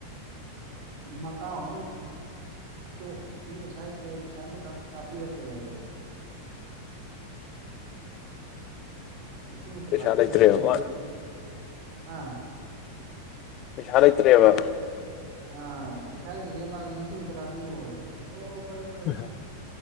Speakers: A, on the right (about 45°); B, on the left (about 35°).
A: ꯃꯇꯥꯎ ꯑꯃꯥ ꯗꯣ ꯄꯩꯁꯥ ꯂꯩꯇꯦ ꯄꯩꯁꯥ ꯑꯝꯇ ꯀꯥꯄꯤꯔꯛꯀꯦꯔꯌꯦ ꯂꯤꯁꯤꯡ ꯑꯝꯇ
B: ꯄꯩꯁꯥ
A: ꯀꯥꯞꯄꯤꯔꯣ
B: ꯂꯩꯇ꯭ꯔꯦꯕ
A: ꯍꯥꯌꯦꯡꯗꯤ
B: ꯃꯥꯅ
A: ꯍꯥ
B: ꯄꯩꯁꯥ ꯂꯩꯇ꯭ꯔꯦꯕ
A: ꯑꯥ ꯄꯩꯁꯥ ꯂꯩꯇꯔꯤꯉꯩꯁꯤꯗ ꯃꯥꯗꯣ ꯂꯤꯁꯤꯡ ꯃꯨꯛꯇꯥ ꯀꯥꯞꯄꯤꯔꯣꯌꯦ ꯍꯣ ꯐꯔꯦ ꯐꯔꯦ
B: <unintelligible>